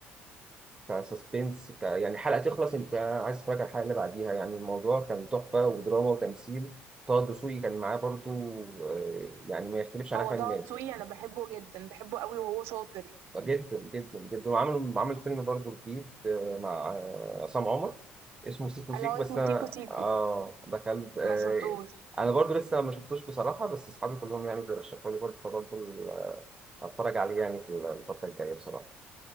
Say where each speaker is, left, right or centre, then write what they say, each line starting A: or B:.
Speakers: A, on the right; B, on the right.
A: كسسبنس ك... يعني حلقة تخلص انت عايز تتفرج على الحلقة اللي بعديها يعني الموضوع كان تحفة ودراما وتمثيل طه دسوقي كان معاه برضو آه، يعني ما يختلفش عن
B: هو
A: أحمد
B: طه
A: مالك
B: دسوقي انا بحبه جدا بحبه قوي وهو شاطر
A: جدا جدا جدا وعمل عمل فيلم برضو جديد آه، مع آه، عصام عمر اسمه سيكو سيكو
B: اللي هو اسمه
A: بس أنا
B: سيكو سيكو
A: آه دخلت آه،
B: ما شفتوش
A: أنا برضو لسه ما شفتوش بصراحة بس أصحابي كلهم يعني بيرشحوا لي برضو فبرضو ال- هتفرج عليه يعني في الفترة الجاية بصراحة